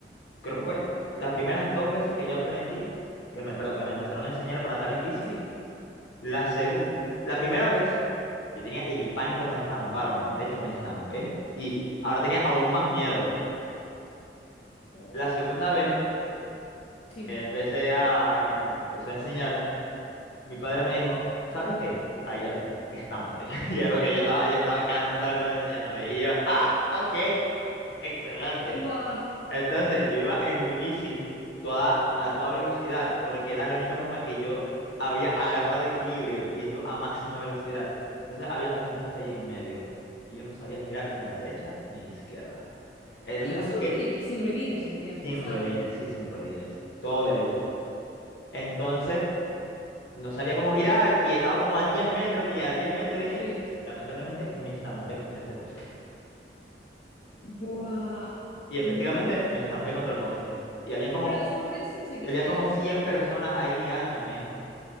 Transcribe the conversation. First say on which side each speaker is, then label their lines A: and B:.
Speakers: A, on the left; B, on the left.
A: creo que fue
B: jo,
A: las primeras dos veces que yo aprendí, que me, perdón, que me empezaron a enseñar para andar en bici.
B: sí,
A: La segunda, la primera vez, yo tenía el pánico para estamparme. De hecho, me estampé y ahora tenía aún más miedo.
B: jo,
A: La segunda vez
B: sí.
A: que empecé a, que me empezó a enseñar, mi padre me dijo, ¿sabes qué? Allá tú, estámpate. <laughs> Y es porque ya estaba, ya estaba cansado de estar enseñándome. Y yo, ah, ok, excelente.
B: Buah.
A: Entonces yo iba en mi bici toda, a toda velocidad porque era la única forma que yo había agarrado equilibrio yendo a máxima velocidad. Entonces había un poste ahí en medio y yo no sabía girar ni a la derecha ni a la izquierda. Entonces
B: Y vas
A: como
B: con
A: que
B: ruidines, sin ruidines, entiendo.
A: sin
B: O sea,
A: ruedines, sí, sin ruedines, todo derecho. Entonces no sabía cómo girar y estaba como a 10 metros y a 10 metros dije,
B: sí.
A: lamentablemente me estamparé contra este poste. <laughs>
B: Buah,
A: Y efectivamente
B: madre mía.
A: me estampé contra el poste. Y habían como
B: Pero después de eso seguiste.
A: y habían como 100 personas ahí mirándome.